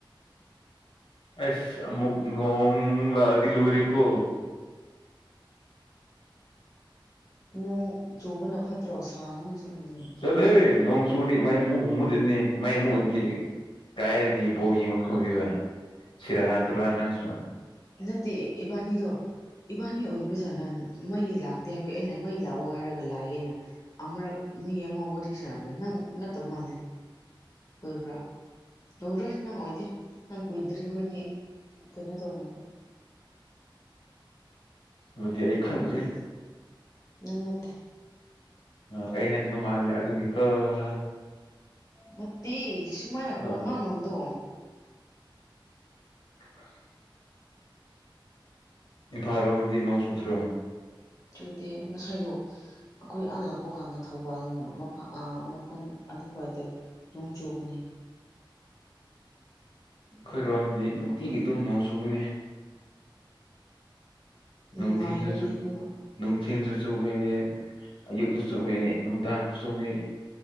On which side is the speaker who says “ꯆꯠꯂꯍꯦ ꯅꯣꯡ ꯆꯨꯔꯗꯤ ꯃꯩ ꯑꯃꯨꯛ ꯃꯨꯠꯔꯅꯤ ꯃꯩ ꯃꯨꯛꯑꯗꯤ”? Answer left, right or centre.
Left